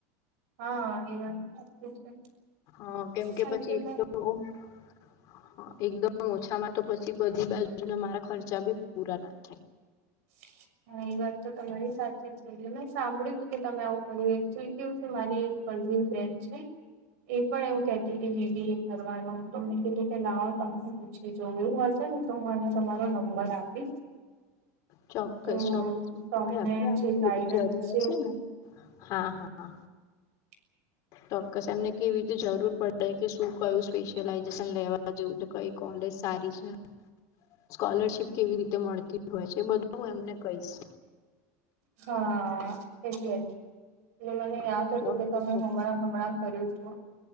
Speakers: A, on the right; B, on the left.
A: હા એ વાત સાચી છે.
B: હા કેમ કે
A: હા
B: પછી
A: એટલે
B: એક
A: મે
B: તો હ એકદમ ઓછામાં તો પછી બધી બાજુના મારા ખર્ચા બી પૂરા ના થાય.
A: <inaudible> હા એ વાત તો તમારી સાચ જ છે મેં સાંભળ્યું તું કે તમે આવું કર્યું એકચુઅલી કેવું છે મારી કઝલ બેન છે. એ પણ એવું કતી કે બીબી એ કરવાનું તો મેં કીધું કે લાવો તમને પછી જોયું હશે ને. તો હું એને તમારો નંબર આપીશ.
B: ચોક્કસ
A: તો
B: ચોક્કસ મ
A: તમને
B: આવશે
A: જે
B: કે
A: ગાઈડન્સ
B: જરૂર
A: છે
B: હશે ને. હા હા.
A: <inaudible>
B: ચોક્કસ એમને કેવી રીતે જરૂર પડે કે શું કયું સ્પેશિલાઈઝેશન લેવા જેવું છે. કઈ કોલેજ સારી છે, સ્કોલરશીપ કેવી રીતે મળતી હોય છે. એ બધું હું એમને કહીશ.
A: હા એટલે જ, ને મને
B: હા
A: યાદ હતું
B: ચોક્કસ
A: કે તમે
B: ચોક્કસ
A: હમણાં કર્યું હતું.